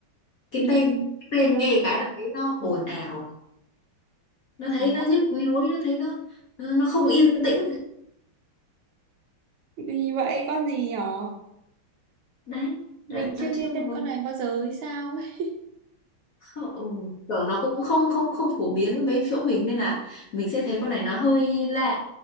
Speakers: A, on the left; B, on the right.
A: cái
B: nghe
A: tên cái tên
B: nghe
A: nghe cái đó thấy nó
B: ừ,
A: ồn ào nó thấy
B: khó.
A: nó nhức nhối nó thấy nó nó nó không yên tĩnh
B: gì vậy con gì nhỏ
A: đấy
B: mình
A: bạn
B: chưa
A: tập
B: nghe
A: trung
B: tên
A: vào
B: con này bao giờ hay sao ấy
A: không, ừ, kiểu nó cũng không không không phổ biến với chỗ mình nên là mình sẽ thấy con này nó hơi lạ